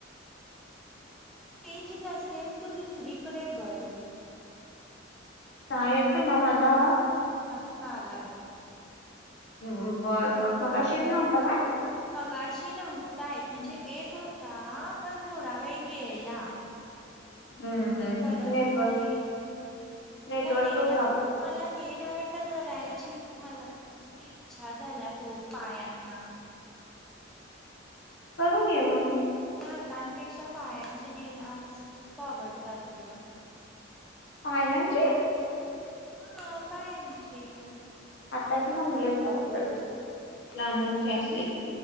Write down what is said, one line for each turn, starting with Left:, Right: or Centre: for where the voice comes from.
Centre: चेंज नसेल त दुसरीकडे बस.
Left: चा येते ना माझा आवाज?
Centre: आत्ता आला बघ.
Left: हम् बरं बर मगाशी इथ नव्हता काय?
Centre: मगाशी नव्हता येत म्हणजे येत होता पण थोडा वेळ गेला.
Left: हम्म. हम्म
Centre: परत
Left: हम्म नेटवर्क
Centre: आता ये इथ
Left: नेटवर्क
Centre: मला न्हेयला
Left: प्रॉब्लेम
Centre: मला न्हेयला त करायची मला म्हणजे इच्छा झालीया खूप पायांना
Left: करून ये मग.
Centre: मला हातांपेक्षा पायांचे नेल आर्ट्स खूप आवडतात ग.
Left: पायांचे?
Centre: हा पायांचे.
Left: हाताचे चांगले होता कुरट लांब नखे असले